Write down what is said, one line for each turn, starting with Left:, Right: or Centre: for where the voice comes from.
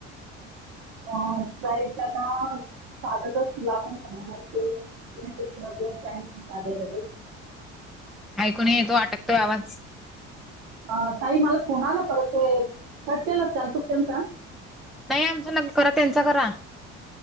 Right: प्र आता साधच तुला पण ख लाते <unintelligible> <inaudible>
Centre: ऐकून नाही येतो, अटकतो आवाज.
Right: ह ताई मला कोणाला परत कट केला चालतु त्यांचा.
Centre: नाही, आमचं नंतर करा, त्यांचा करा.